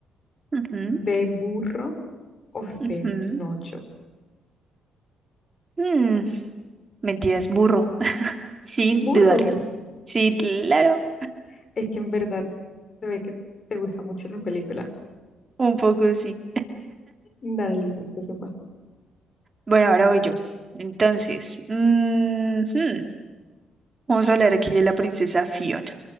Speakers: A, on the right; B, on the left.
A: Ujú,
B: B. Burro o C.
A: ujú.
B: Pinocho?
A: Mm, mentiras, burro, sin
B: Burro.
A: dudarlo. Sí, claro,
B: Es que, es que en verdad se ve que te gusta mucho esa película.
A: un poco sí.
B: Dale, listo, este es un paso.
A: Bueno, ahora voy yo. Entonces, mm, hmm, vamos a hablar aquí de la princesa Fiona.